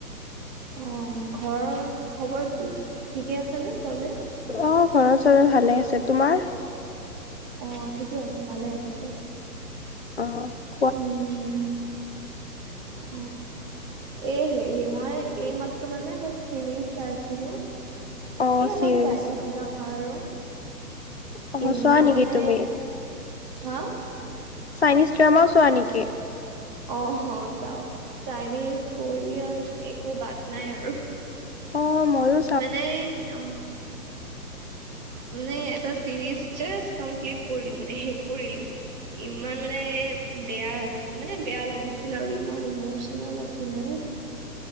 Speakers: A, on the right; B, on the left.
A: অ ঘৰৰ খবৰ কি ঠিকে আছে নে চবে
B: অ ঘৰত চবে ভালে আছে তোমাৰ
A: অ ঠিকে আছে ভালে আছে
B: অ অ
A: উম অ এই হেই মই এই মাত্ৰ মানে এটা ছিৰিজ চাইছিলো
B: অঁ
A: এই অলপ
B: চিৰিজ
A: চাইনিজ ড্ৰামা আৰু
B: অঁ
A: ইমান
B: চোৱা নেকি
A: মানে,
B: তুমি
A: হা
B: চাইনিজ ড্ৰামাও চোৱা নেকি?
A: অহ চাও চাইনিজ, কোৰিয়ান একো বাদ নাই আৰু
B: অ মইয়ো
A: মানে অ মানে এটা চিৰিজ জাষ্ট কমপ্লিট কৰিলো মানে শেষ কৰিলো। ইমান মানে বেয়া মানে বেয়া লাগিছিল আৰু ইমান ইমচনেল আছিলে।